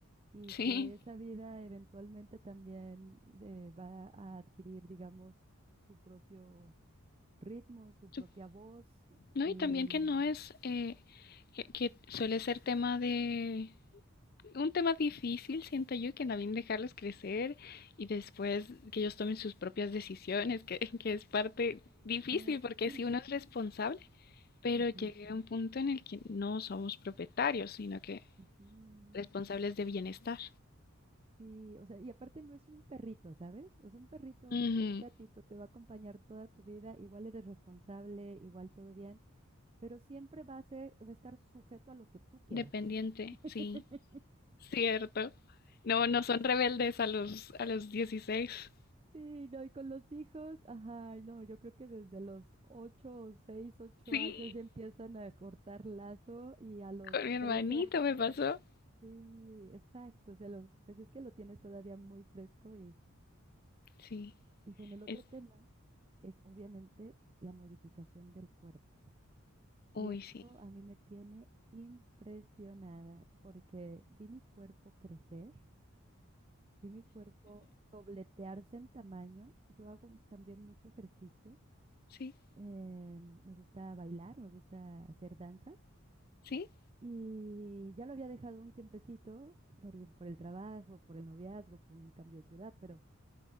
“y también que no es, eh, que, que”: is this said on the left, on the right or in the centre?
Left